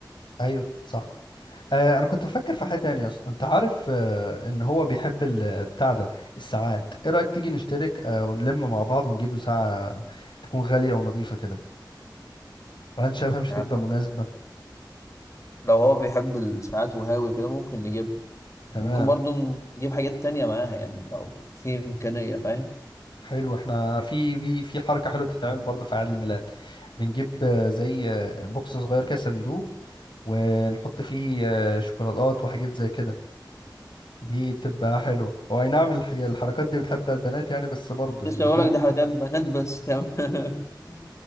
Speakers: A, on the left; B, on the left.
A: ايوه صح آه انا كنت بفكر في حاجه تانية يا اسطى انت عارف آه ان هو بيحب ال- بتاع ده الساعات ايه رايك تيجي نشترك آه ونلم مع بعض ونجيب له ساعه تكون غاليه ونظيفه كده وانا شايفها مش
B: يعني
A: هتبقى مناسبه
B: لو هو بيحب الساعات وهاوي وكده ممكن نجيب
A: تمام
B: ممكن برضه نجيب حاجات تانية معاها يعني لو في إمكانية فاهم
A: حلو احنا في في في حركه حلوه بتتعمل برضه في عيد الميلاد بنجيب آه، زي آه، بوكس صغير كده صندوق ونحط فيه آه، شوكولاتات وحاجات زي كده دي بتبقى حلوة هو اي نعم الحاجة- الحركات دي بتحبها البنات يعني بس برضه
B: لسه
A: يعني
B: بقول
A: فاهم
B: لك ده حاجات بنات بس تمام <laughs>